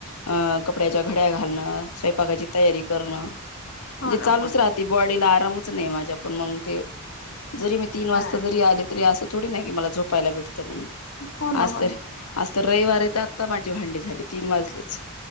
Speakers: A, on the left; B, on the left.
A: अ कपड्याच्या घड्या घालणं स्वयंपाकाची तयारी करणं म्हणजे
B: हो ना
A: चालूच
B: हो ना
A: राहती बॉडीला आरामच नाही. आपण मग ते. जरी मी तीन वाजता
B: हा
A: जरी आले. तरी अस थोडी नाही की मला झोपायला भेटत. भेटत म्हणून
B: हो ना
A: आज
B: हो
A: तर.
B: ना
A: आज तर. रविवार आहे. आत्ता आत्तामाझी भांडी झाली तीन वाजलीच